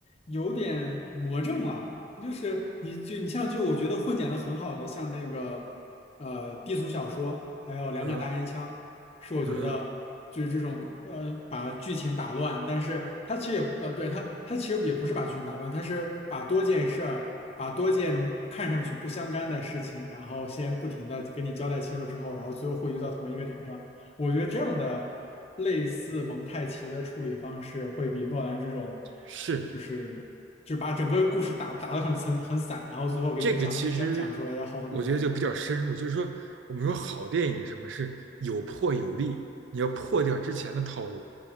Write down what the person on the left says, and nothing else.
有点魔怔了。就是你就你像就我觉得混剪的很好的，像那个呃低俗小说，还有两杆大烟枪，
是我觉得就是这种呃把剧情打乱，
但是它其实也呃对它它其实也不是把剧情打乱，它是把多件事儿。把多件看上去不相干的事情，然后先不停的给你交代清楚之后，然后最后汇聚到同一个点上。我觉得这样的类似蒙太奇的处理方式，会比诺兰这种，
就是就把整个故事打打得很很很散，然后最后给你讲讲讲出来要好很多。